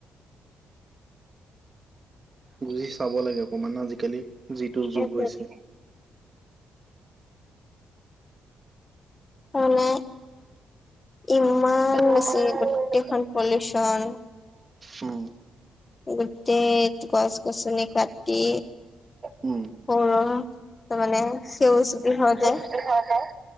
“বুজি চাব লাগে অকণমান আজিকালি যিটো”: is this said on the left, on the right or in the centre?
Right